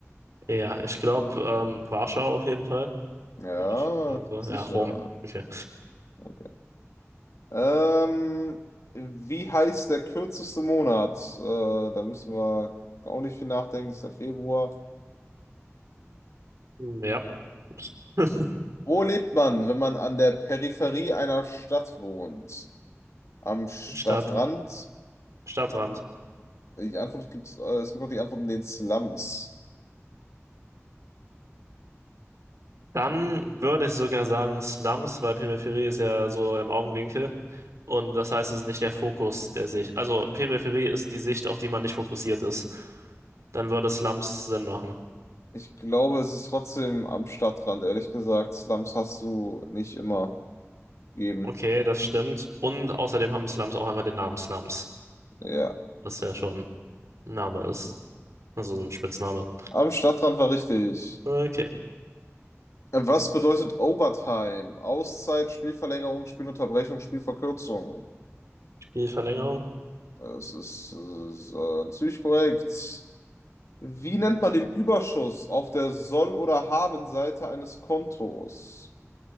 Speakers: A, on the right; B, on the left.
A: Ja, ich glaube, ähm, Warschau auf jeden Fall.
B: Ja,
A: Würde ich sagen so.
B: sicher.
A: Ja, Rom. Okay.
B: Okay. Ähm, wie heißt der kürzeste Monat? Äh, da müssen wir auch nicht viel nachdenken, ist der Februar.
A: Ja. <laughs>
B: Wo lebt man, wenn man an der Peripherie einer Stadt wohnt? Am Stadtrand?
A: Stadt, Stadtrand.
B: Die Antwort gibt's, äh, es gibt noch die Antwort in den Slums.
A: Dann würde ich sogar sagen Slums, weil Peripherie ist ja so im Augenwinkel. Und das heißt, es ist nicht der Fokus der Sicht. Also Peripherie ist die Sicht, auf die man nicht fokussiert ist. Dann würde Slums Sinn machen.
B: Ich glaube, es ist trotzdem am Stadtrand, ehrlich gesagt. Slums hast du nicht immer gegeben.
A: Okay, das stimmt. Und außerdem haben Slums auch einfach den Namen Slums.
B: Ja,
A: Was ja schon ein Name ist. Also so ein Spitzname.
B: am Stadtrand war richtig.
A: Okay.
B: Was bedeutet Overtime? Auszeit, Spielverlängerung, Spielunterbrechung, Spielverkürzung.
A: Die Verlängerung
B: Es ist, es ist äh, ziemlich korrekt. Wie nennt man den Überschuss auf der Soll- oder Habenseite eines Kontos?